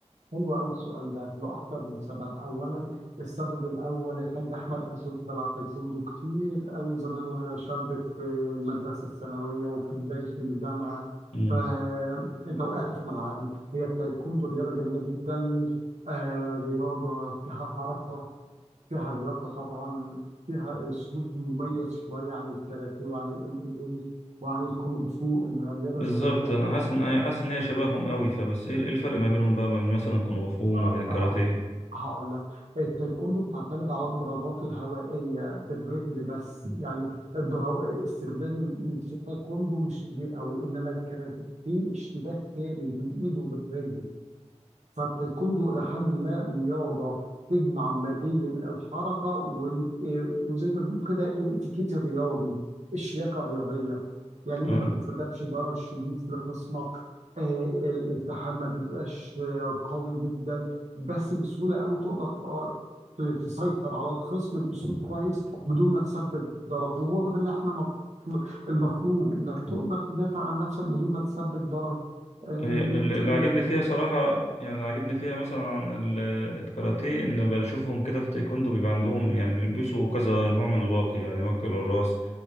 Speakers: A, on the right; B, on the left.
A: حلو قوي السؤال ده لأكتر من سبب، أولاً السبب الأول يا حاج أحمد أنا كنت بلعب تايكوندو كتير قوي زمان وأنا شاب في المدرسة الثانوية وفي بداية الجامعة،
B: مم.
A: فأنت وقعت في ملعبي، هي التايكوندو رياضة جميلة جدا، آه رياضة فيها حركة، فيها لياقة طبعاً، فيها أسلوب مميز شوية عن الكاراتيه وعن ال MMA وعن الكونغ فو، إنها رياضة
B: بالظبط
A: شوية
B: أنا حاسس إن أنا حاسس إن هي شبههم قوي فبس إيه إيه الفرق ما بينهم بقى ما بين مثلا كونغ فو وما
A: آه،
B: بين كاراتيه؟
A: آه، هقول لك التايكوندو بتعتمد على الضربات الهوائية بالرجل بس يعني الضرب استخدام الإيد في التايكوندو مش كبير قوي إنما الكاراتيه اشتباك كامل بالإيد وبالرجل فالتايكوندو إلى حد ما رياضة تجمع ما بين الحركة وال... آه، وزي ما بنقول كده الاتيكيت الرياضي الشياكة الرياضية يعني أنت
B: آه.
A: ما بتسببش ضرر شديد لخصمك آه، ال- الالتحام ما بيبقاش آه، قوي جدا بس بسهولة قوي تقدر ت- ت- تسيطر على الخصم بأسلوب كويس بدون ما تسبب ضرر وهو ده اللي احنا مطلوب المطلوب إنك تقدر تدافع عن نفسك بدون ما تسبب ضرر آم،
B: هي اللي اللي
A: للخصم
B: عاجبني فيها صراحة يعني اللي عاجبني فيها مثلا ال- الكاراتيه إن بشوفهم كده في التايكوندو بيبقى عندهم يعني بيلبسوا كذا نوع من الواقي يعني واقي للراس